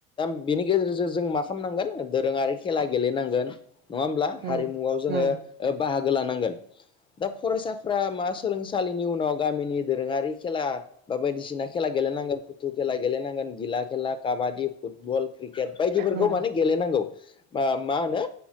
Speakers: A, on the left; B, on the right.
A: बिनि गेजेरजों जों मा खालामनांगोन दोरोङारि खेला गेलेनांगोन। नङा होमब्ला हारिमुआव
B: उम
A: जोङो
B: उम
A: बाहागो लानांगोन दा फरायसाफोरा मा सोलोंसालिनि उनाव गामिनि दोरोङारि खेला बा बायदिसिना खेला गेलेनांगोन, फुथु खेला गेलेनांगोन, गिला खेला काबादि फुटबल क्रिकेट बायदिफोरखौ
B: उम
A: माने गेलेनांगौ। मा होनो